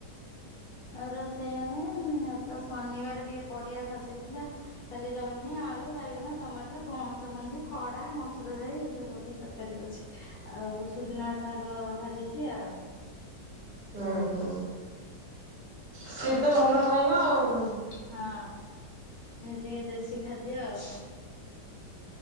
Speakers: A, on the left; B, on the right.
A: ଆଉ ରୋଷେଇ କଣ ଆଜି ତ ଶନିବାରେ ଟିକେ ପରିବା ସରିଯାଇଥିଲା ଖାଲି ଜହ୍ନି, ଆଳୁ, ବାଇଗଣ, ଟମାଟୋ, ପଣସ ମଞ୍ଜି, ଖଡ଼ା, ମସୁର ଜାଇ ଏସବୁ ପକେଇ ତର୍ କାରୀ କରିଚି ଆଉ ସୁଜୁନା ଶାଗ ଭାଜିଚି ଆଉ।
B: ହୁଁ- ହୁଁ। ସିଏ ତ ଭଲ ଖାଇବା ଆଉ।
A: ହଁ ଇଏ ଟିକେ ଦେଶୀ ଖାଦ୍ୟ ଆଉ।